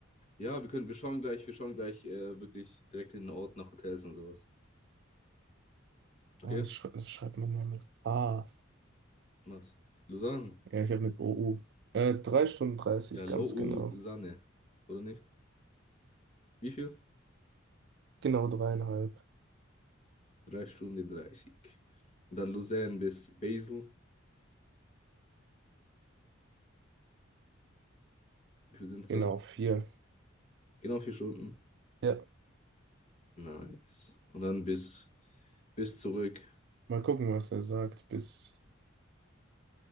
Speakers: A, on the left (about 35°); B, on the right (about 60°).
A: Ja, wir können, wir schauen gleich, wir schauen gleich äh, wirklich direkt in den Ort nach Hotels und sowas.
B: Oh,
A: Okay?
B: das, schrei das schreibt man ja mit A.
A: Was? Lausanne.
B: Ja, ich habe mit OU. Äh, 3 Stunden 30,
A: Ja, Lausanne.
B: ganz genau.
A: Oder nicht? Wie viel?
B: Genau dreieinhalb.
A: Drei Stunden dreißig. Und dann Lausanne bis Basel. Wie viel sind es
B: Genau
A: da?
B: vier.
A: Genau vier Stunden.
B: Ja.
A: Nice. Und dann bis, bis zurück.
B: Mal gucken, was er sagt, bis